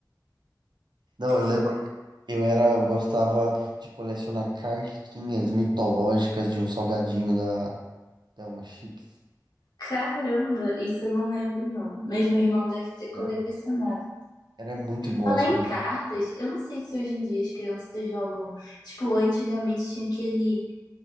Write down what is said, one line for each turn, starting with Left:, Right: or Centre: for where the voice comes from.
Right: Não,
Left: É,
Right: eu lembro, que eu era, eu gostava de colecionar cartinhas mitológicas de um salgadinho da Thelma Chips.
Left: Caramba, isso eu não lembro não. Mas meu irmão deve ter colecionado.
Right: Nossa, Era muito bom
Left: Falar
Right: as coisas.
Left: em cartas, eu não sei se hoje em dia as crianças jogam. Tipo, antigamente tinha aquele.